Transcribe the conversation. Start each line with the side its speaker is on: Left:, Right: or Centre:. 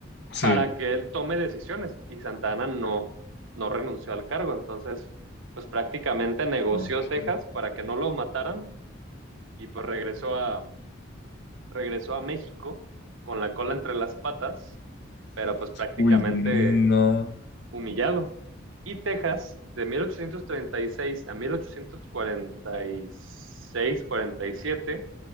Left: sí,
Right: para que él tome decisiones y Santana no, no renunció al cargo. Entonces, pues prácticamente negoció
Left: ok.
Right: Texas para que no lo mataran y pues regresó a, regresó a México con la cola entre las patas, pero pues prácticamente
Left: Uy, no,
Right: humillado. Y Texas, de 1836 a 1846-47,